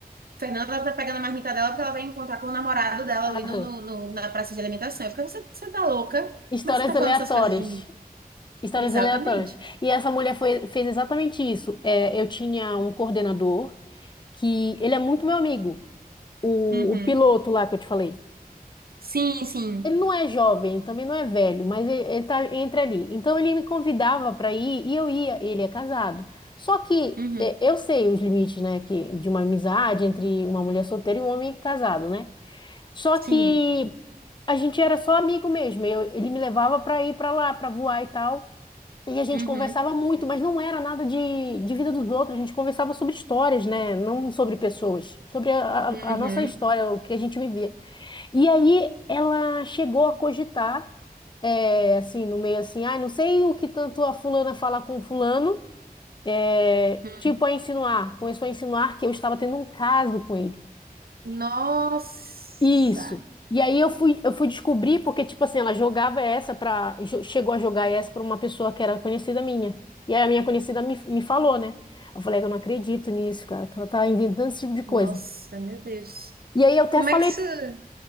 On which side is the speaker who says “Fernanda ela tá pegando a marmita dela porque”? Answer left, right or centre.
Right